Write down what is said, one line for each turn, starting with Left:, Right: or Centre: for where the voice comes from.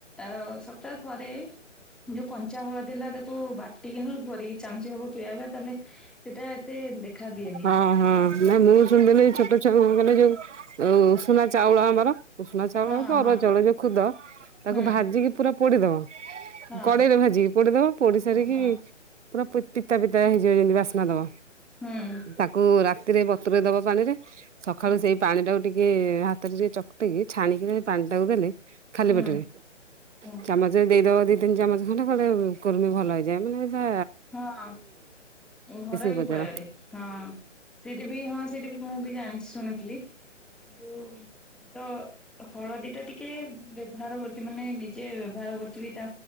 Centre: ଆ ସପ୍ତାହ ଥରେ। ଯୋଉ କଞ୍ଚା ହଳଦି ଥିଲା ତାକୁ ବାଟିକିନି ଘୋରିକି। ଚାମଚିଏ ହବ ପିଆଇବା ତାହେଲେ ସେଇଟା ଏତେ ଦେଖା ଦିଏନି।
Right: ହଁ ହଁ ନାଇ ମୁଁ ଶୁଣିଥିଲି ଛୋଟ ଛୁଆମାନଙ୍କୁ ଯୋଉ ଉଷୁନା ଚାଉଳ ଆମର। ଉଷୁନା ଚାଉଳ
Centre: ହଁ
Right: ହଉ କି ଅରୁଆ
Centre: ହଁ
Right: ଚାଉଳ ଯୋଉ ଖୁଦ ତାକୁ
Centre: ହଁ ହୁଁ
Right: ଭାଜିକି ପୁରା ପୋଡିଦବ।
Centre: ହଁ
Right: କଡେଇରେ ଭାଜିକି ପୋଡିଦବ ପୋଡି ସାରିକି
Centre: ହଁ ହଁ
Right: ପୁରା ପିତା ପିତା ହେଇଯିବ ଯେମତି ବାସ୍ନା ଦବ।
Centre: ହୁଁ।
Right: ତାକୁ ରାତିରେ ବତୁରେଇ ଦବ ପାଣିରେ ସଖାଳୁ
Centre: ହୁଁ
Right: ସେଇ ପାଣିଟାକୁ ଟିକେ ହାତରେ ଟିକେ ଚକୁ ଚକ ଟିକି ଛାଣିକି ସେଇ ପାଣିଟାକୁ ଦେଲେ ଖାଲିପେଟରେ
Centre: ହୁଁ ହୁଁ ହୁଁ
Right: ଚାମଚ ଦେଇଦବ ଦି ତିନି ଚାମଚ। ମାନେ କୁଆଡେ କୁର୍ମି ଭଲ ହେଇଯାଏ ମାନେ ଯା
Centre: ହଁ ଘରୋଇ
Right: ଉପଚାର
Centre: ଉପାୟରେ। ହଁ ସେଇଟା ବି ହଁ ସେଇଟା ବି ମୁଁ ବି ଜାଣିଛି ଶୁଣିଥିଲି। ଯୋଉ ତ। ହଳଦୀ ଟା ଟିକେ ବ୍ୟବହାର କରିଛି ମାନେ ନିଜେ ବ୍ୟବହାର କରିଛି ବି ତ